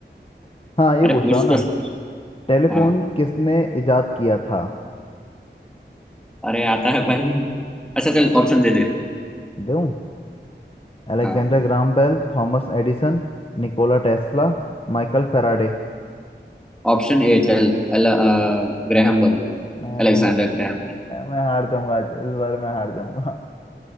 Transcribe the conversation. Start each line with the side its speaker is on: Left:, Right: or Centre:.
Left: हाँ ये
Centre: अरे
Left: पूछता
Centre: पूछ
Left: हूँ ना
Centre: तो सही
Left: टेलीफोन
Centre: हाँ
Left: किसने इजाद किया था
Centre: अरे आता है भाई अच्छा चल
Left: आ,
Centre: ऑप्शन दे दे
Left: दूं Alexander
Centre: हाँ
Left: Graham Bell Thomas Edison Nikola Tesla Michael Faraday
Centre: ऑप्शन ए चल Al, Graham Bell
Left: अरे
Centre: Alexander Graham <laughs>
Left: मैं हार जाऊंगा आज इस बार मैं हार जाऊंगा